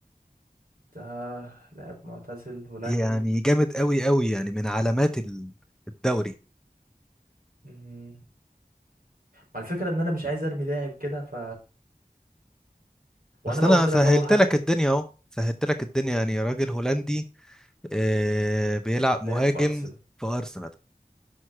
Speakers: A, on the right; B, in the centre.
A: ده لاعب معتزل هولندي
B: يعني جامد قوي قوي يعني من علامات ال- الدوري
A: مم. ما الفكرة ان انا مش عايز ارمي لاعب كده ف وانا
B: بس
A: لو
B: انا
A: قلت
B: سهلت
A: لك اول حرف
B: لك الدنيا اهو سهلت لك الدنيا يعني راجل هولندي آه بيلعب
A: لاعب
B: مهاجم
A: في ارسنال
B: في ارسنال